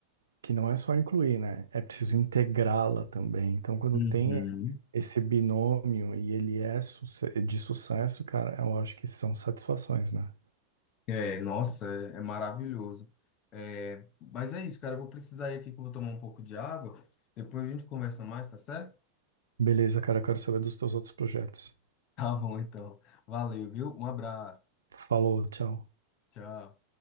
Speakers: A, on the right (about 70°); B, on the left (about 35°).
A: que não é só incluir, né? É preciso integrá-la também. Então, quando
B: Uhum.
A: tem esse binômio e ele é suce- de sucesso, cara, eu acho que são satisfações, né?
B: É, nossa, é, é maravilhoso. É, mas é isso, cara. Eu vou precisar ir aqui que eu vou tomar um pouco de água. Depois a gente conversa mais, tá certo?
A: Beleza, cara, eu quero saber dos teus outros projetos.
B: Tá bom, então. Valeu, viu? Um abraço.
A: Falou, tchau.
B: Tchau.